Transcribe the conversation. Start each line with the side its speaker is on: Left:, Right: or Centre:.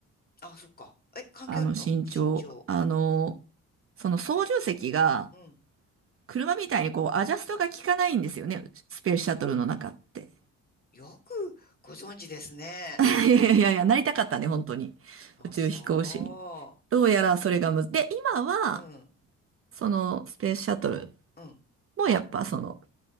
Left: あ、そっか。え、関係あるの身長。
Right: あの、身長、あの、その操縦席が、
Left: うん。
Right: 車みたいにこう、アジャストが効かないんですよね、スペースシャトルの中って。
Left: よくご存知ですね。
Right: <laughs> いやいやいや、なりたかったね、本当に。
Left: あ、
Right: 宇宙飛行士に。
Left: そ
Right: どうやらそれがむず、で、今は、
Left: う。うん、
Right: そのスペースシャトル
Left: うん、
Right: もやっぱその、